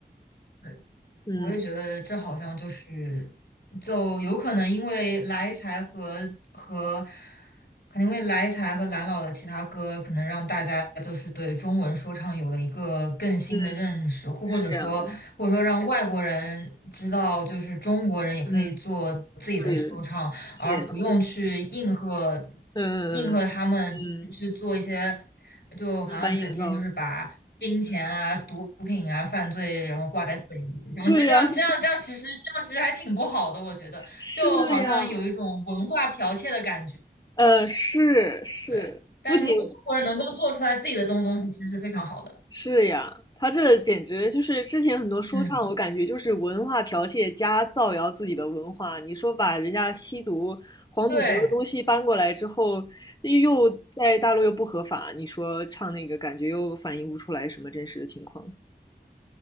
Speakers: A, on the left; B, on the left.
A: 对，
B: 嗯
A: 我也觉得这好像就是，就有可能因为来财和和可能因为来财和蓝老的其他歌，可能让大家就是对中文说唱有了一个更新的认识，
B: 嗯，
A: 或或者说，
B: 是这样的。
A: 或者说让外国人知道，就是中国人也可以做自己的说唱，
B: 嗯，对的，是
A: 而不用去应和
B: 这样的。嗯嗯，
A: 应和他们，就是去做一些，就好像整天就是把金钱啊、
B: 生搬硬造。嗯，
A: 毒品啊、犯罪，然后挂在嘴里，然后就这样这样这样，
B: 对呀，<laughs>
A: 其实这样其实还挺不好的，我觉得，
B: 是呀，
A: 就好像有一种文化剽窃的感觉。
B: 呃，是是，
A: 对，但如果中国能够做出来自己的东东西，
B: 不仅
A: 其实是非常好的。
B: 是呀，他这简直就是之前很多说唱，
A: 嗯，
B: 我感觉就是文化剽窃加造谣自己的文化。你说把人家吸毒、黄赌毒的东西搬过来之后，
A: 对，
B: 又在大陆又不合法，你说唱那个感觉又反映不出来什么真实的情况。